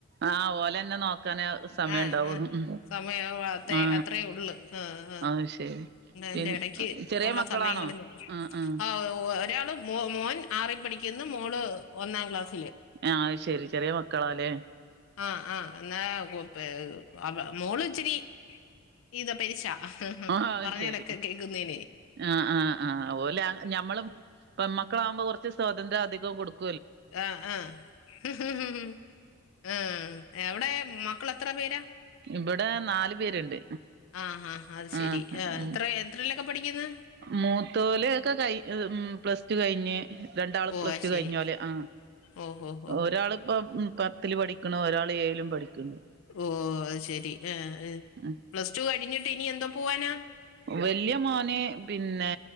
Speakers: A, on the right (about 50°); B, on the left (about 65°).
A: ആഹ് ഓലെന്നെ നോക്കാനെ സമയം.
B: ആഹ്
A: ണ്ടാവുള്ളൂ
B: ആഹ്
A: ഉം.
B: സമയം അത്രേ
A: ആ
B: അത്രേ ഒള്ള് മ്ഹ് മ്ഹ്.
A: അത് ശരി
B: ണ്ട് അയ്ന്റെടയ്ക്ക്
A: പി ചെറിയ
B: ഉള്ള
A: മക്കളാണോ
B: സമയങ്ങളിലും
A: ആ ആ
B: ആഹ് ഉവ. ട്ട്യാള് മോ മോൻ ആറി പഠിക്കുന്നു മോള് ഒന്നാം ക്ലാസ്.
A: ആഹ് അത് ശരി ചെറിയ മക്കളാ ലെ.
B: ആഹ് ആഹ് എന്നാ കു പെ ഏ അവ മോള്. ഇച്ചിരി ഇത പരിശ ഉം ഉം
A: ആ അത്
B: പറഞ്ഞാലൊക്കെ
A: ശരി
B: കേക്കുന്നെന്.
A: ആഹ് ആഹ് ആ ഓലെ ഞമ്മള് പെൺ മക്കളാവുമ്പോ കുറച്ച് സ്വാതന്ത്ര്യം അധികം കൊടുക്കും.
B: ആഹ് ആഹ് ഹും ഹും ഹും മ്ഹ് ആഹ്. എവ്ടെ മക്കളെത്ര പേരാ?
A: ഇവ്ടെ നാല് പേര്ണ്ട്.
B: ആഹ് ആഹ് അത് ശെരി
A: ആഹ് ആഹ് ഉം
B: എത്ര എത്രയിലൊക്കെ പഠിക്കുന്ന്
A: മൂത്തോല് ക്കെ കൈ ഉം പ്ലസ്. ടു കയ്ഞ്ഞ് രണ്ടാളും
B: ഓ
A: പ്ലസ്
B: അത്
A: ടു
B: ശരി
A: കയ്ഞ്ഞോല് ആ
B: ഓ ഓ ഓ
A: ഒരാള് പ്പം മ് പത്തില്. പഠിക്ക്ണ് ഒരാൾ ഏഴ്ലും പഠിക്ക്ണ്.
B: ഓ അത് ശരി ഏ ഏ
A: ആഹ്
B: പ്ലസ് ടു കഴിഞ്ഞിട്ട് ഇനി എന്തോ പോവാനാ?
A: വല്യ മോന് പിന്നെ